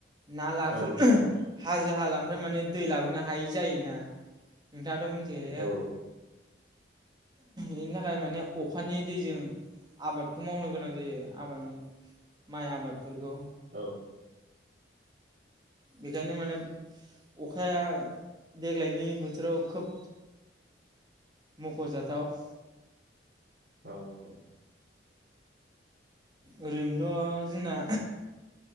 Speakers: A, on the right; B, on the right.
A: ना लाफोर
B: औ बुं
A: <inaudible> हाजो हालानिफ्राय माने दै लाबोनो हायि जायोना नोंथांआथ' मिथिखायो
B: औ
A: इनि थाखाय माने अखानि दैजों आबादखौ मावनो गोनां जायो आबाद माइ आबादफोरखौ।
B: औ
A: बेखायनो माने अखाया देग्लायनि बोथोराव खोब मख'जाथाव।
B: औ औ औ
A: ओरैनोथ' जोंना